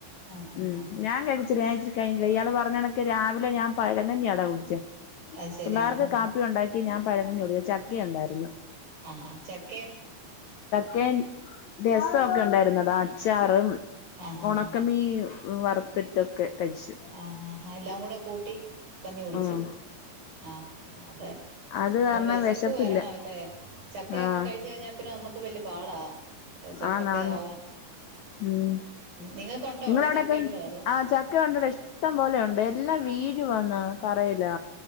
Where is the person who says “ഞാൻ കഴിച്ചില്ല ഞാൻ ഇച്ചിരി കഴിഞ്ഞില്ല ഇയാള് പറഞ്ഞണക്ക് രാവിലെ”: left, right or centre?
Left